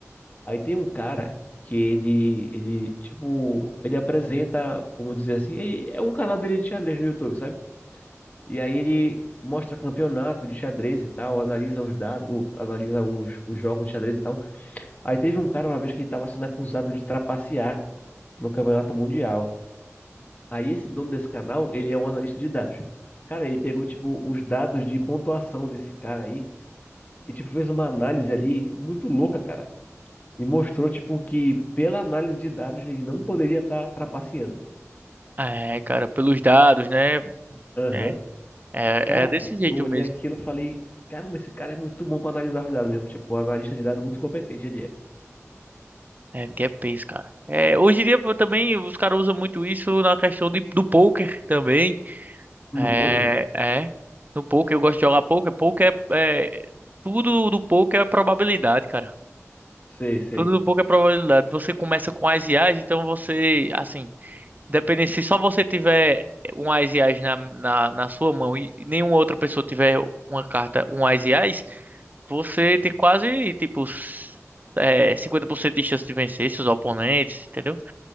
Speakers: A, on the left; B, on the right.
A: Aí tem um cara que ele, ele, tipo, ele apresenta, vamos dizer assim, ele- é um canal dele de xadrez no YouTube, sabe? E aí ele mostra campeonato de xadrez e tal, analisa os dados, o- analisa os, os jogos de xadrez e tal. Aí teve um cara uma vez que ele estava sendo acusado de trapacear no campeonato mundial. Aí esse dono desse canal, ele é um analista de dados. Cara, ele pegou, tipo, os dados de pontuação desse cara aí e, tipo, fez uma análise ali muito louca, cara. E mostrou, tipo, que pela análise de dados ele não poderia estar trapaceando.
B: é, cara, pelos dados, né?
A: Aham.
B: É, é,
A: Cara,
B: é desse jeito
A: eu olhei
B: mesmo.
A: aquilo e falei, caramba, esse cara é muito bom pra analisar os dados mesmo. Tipo, um analista de dados muito competente ele é.
B: É, porque é peso, cara. É, hoje em dia pô, também os caras usam muito isso na questão de, do poker também. É,
A: No poker?
B: é. No poker eu gosto de jogar poker. Poker é, é tudo do poker é probabilidade, cara.
A: Sei, sei.
B: Tudo do poker é probabilidade. Você começa com as IAs, então você, assim. Dependendo, se só você tiver um Ás e Ás na, na, na sua mão e nenhuma outra pessoa tiver uma carta, um Ás e Ás, você tem quase, tipo, s- é, 50% de chance de vencer seus oponentes, entendeu?